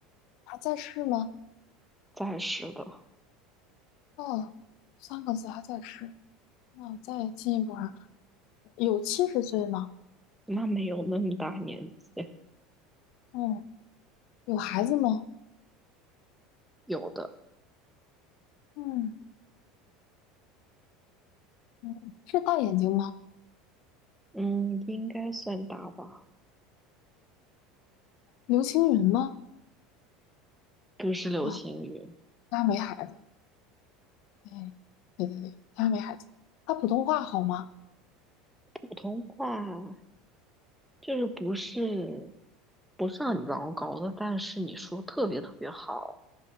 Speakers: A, on the left (about 60°); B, in the centre.
A: 还在世吗？
B: 再是的，
A: 哦，三个字还在世。那我再进一步啊，有七十岁吗？
B: 那没有那么大年纪，
A: 嗯，有孩子吗？
B: 有的，
A: 嗯嗯，是大眼睛吗？
B: 嗯，应该算大吧。
A: 刘青云吗？
B: 不是流行语，
A: 啊，他没孩子。哎，对对对，他没孩子。他普通话好吗？
B: 普通话就是不是不是很糟糕的，但是你说特别特别好，